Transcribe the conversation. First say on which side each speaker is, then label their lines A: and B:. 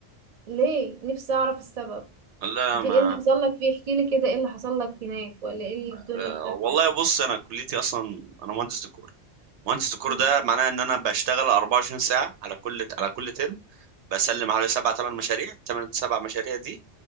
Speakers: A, on the right; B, on the right.
A: ليه نفسي اعرف السبب
B: لا
A: دي
B: ما
A: ايه اللي حصل لك فيه احكي لي كده ايه اللي حصل لك هناك ولا ايه الدنيا
B: آه،
A: بتاعتك
B: والله بص انا كليتي اصلا انا مهندس ديكور مهندس ديكور
A: مم.
B: ده معناه ان انا بشتغل 24 ساعه على كل على كل ترم بسلم حوالي سبع ثمان مشاريع ثمان سبع مشاريع دي